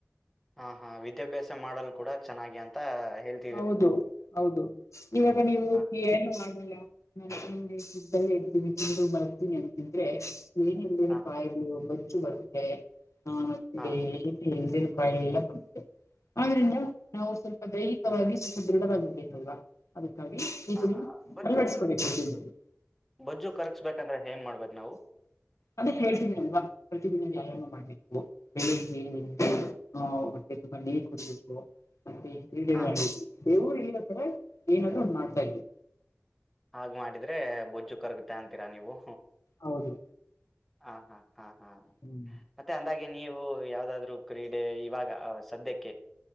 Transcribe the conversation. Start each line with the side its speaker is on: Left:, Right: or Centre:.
Centre: ಹ ಹಾ ವಿದ್ಯಾಭ್ಯಾಸ ಮಾಡಲ್ ಕೂಡ ಚೆನ್ನಾಗಿ ಅಂತ ಹೇಳ್ತಾ
Left: ಹೌದು ಹೌದು ಇವಾಗ ನೀವು
Centre: ಹಾ
Left: ಏನು ಆಗಿಲ್ಲ ನಾನ ಇದ್ದಲ್ಲೇ ಇಡ್ತೀನಿ ಉಂಡು ಮಲಗ್ತೀನಿ ಅಂತಿದ್ರೆ ಮೇ
Centre: ಹಾ
Left: ಕಾಯಿಗಳು ಬೊಜ್ಜು ಬರುತ್ತೆ ಮತ್ತೆ
Centre: ಹಾ
Left: ಎಂದಿರು ಕಾಯಿಲೆ ಎಲ್ಲ ಆದ್ರಿಂದ ನಾವು ಸ್ವಲ್ಪ ದೈ <unintelligible> ದೈಹಿಕವಾಗಿ ಸದೃಢವಾಗಿರ ಬೇಕ ಅಲ್ವಾ ಅದಕ್ಕಾಗಿ ಈಗ
Centre: ಹಾ ಹಾ
Left: ನೀವು
Centre: ಹಾ ಬೊಜ್ಜು
Left: ಅಳವಡಿಸಕೋಬೇಕುದಲ್ಲಿ
Centre: ಬೊಜ್ಜು ಕರಗಸಬೇಕಂದ್ರೆ ಏನ್ ಮಾಡ್ಬೇಕು ನಾವು
Left: ಅದೆ ಹೇಳ್ತೀನಿ ಅಲ್ವಾ ಪರ್ಟಿಕ್ಯುಲರಾಗಿ ವ್ಯಾಯಾಮ ಮಾಡಬೇಕು <unintelligible> ಹೊಟ್ಟೆ ತುಂಬಾ ನೀರ್ ಕುಡಿಬೇಕು ಮತ್ತೆ ಈ
Centre: ಹಾ
Left: ದೇವರು ಇತ್ತರ ಏನಾದ್ರು ಒಂದ್ ಮಾಡ್ತಾ ಇದವಿ
Centre: ಹಾಗ ಮಾಡಿದ್ರೆ ಬೊಜ್ಜು ಕರಗುತ್ತಾ ಅಂತೀರಾ ನೀವು
Left: ಹೌದು
Centre: ಹ ಹಾ ಹಾ ಹಾ
Left: ಹ್ಮ್
Centre: ಮತ್ತೆ ಅಂದಾಗೆ ನೀವು ಯಾವ್ದಾದ್ರು ಕ್ರೀಡೆ ಇವಾಗ ಸದ್ಯಕ್ಕೆ